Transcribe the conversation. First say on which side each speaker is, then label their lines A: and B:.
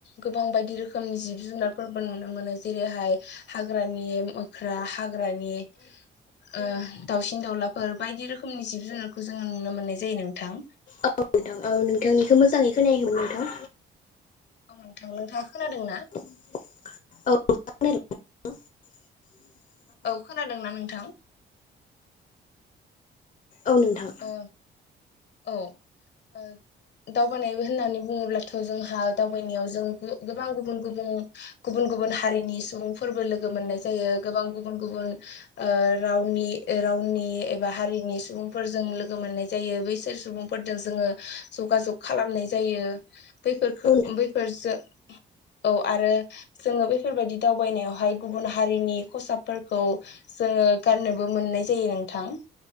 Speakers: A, on the left; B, on the left.
A: गोबां बायदि रोखोमनि जिब जुनारफोरबो नुनो मोनो जेरैहाय हाग्रानि मोख्रा हाग्रानि ओ दाउसिन दाउलाफोर बायदि रोखोमनि जिब जुनारखौ जोङो नुनो मोननाय जायो नोंथां।
B: औ नोंथां औ नोंथांनिखौ मोजाङै खोनायैमोन नोंथां।
A: औ नोंथां नोंथाङा खोनादों ना?
B: <unintelligible>
A: औ खोनादोंना नोंथां?
B: औ नोंथां।
A: ओ औ। ओ दावबानाय होननानै बुङोब्लाथ' जोंहा दावबायनायाव जों गोबां गुबुन गुबुन गुबुन गुबुन हारिनि सुबुं फोरबो लोगो मोननाय जायो गोबां गुबुन गुबुन ओ रावनि ओ रावनि बा हारिनि सुबुं लोगो मोननाय जायो बैसोर सुबुंफोरजों जोङो जग जग खालामनाय जायो। बैफोरखो
B: औ
A: बैफोरजों औ आरो जोङो बैफोरबायदि दावबायनायावहाय गुबुन हारिनि खसाबफोर खौ जोङो गाननोबो मोननाय जायो नोंथां।